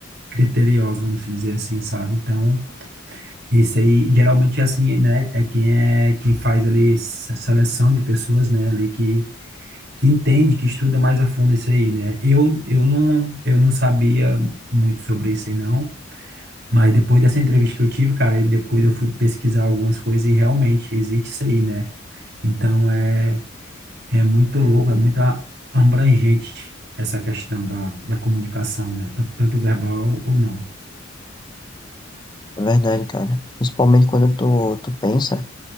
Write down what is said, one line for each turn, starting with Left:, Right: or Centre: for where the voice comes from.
Right: criteriosos, vamos dizer assim, sabe? Então, esse aí geralmente é assim, né? É quem é quem faz ali se- seleção de pessoas, né? Ali que, que entende, que estuda mais a fundo isso aí, né? Eu, eu não eu não sabia muito sobre isso aí não, mas depois dessa entrevista que eu tive, cara, e depois eu fui pesquisar algumas coisas e realmente existe isso aí, né? Então é é muito louco, é muito a- abrangente essa questão da, da comunicação, né? Tanto tanto verbal ou não.
Left: É verdade, cara. Principalmente quando tu, tu pensa